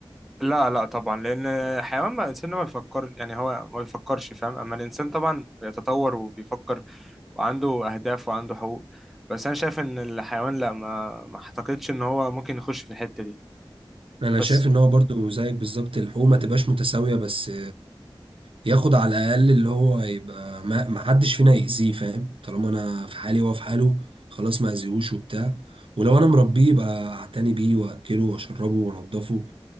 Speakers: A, in the centre; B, on the right (about 80°).
A: لا لا طبعا لان حيوان ما الانسان ما بيفكر يعني هو ما بيفكرش فاهم اما الانسان طبعا بيتطور وبيفكر وعنده اهداف وعنده حقوق بس انا شايف ان الحيوان لا ما ما اعتقدش ان هو ممكن يخش في الحتة دي
B: انا
A: بس
B: شايف ان هو برضو زيك بالظبط الحقوق ما تبقاش متساويه بس ياخد على الاقل اللي هو يبقى ما ما حدش فينا يأذيه فاهم طالما انا في حالي وهو في حاله خلاص ما اذيهوش وبتاع ولو انا مربيه يبقى اعتني بيه واكله واشربه وانضفه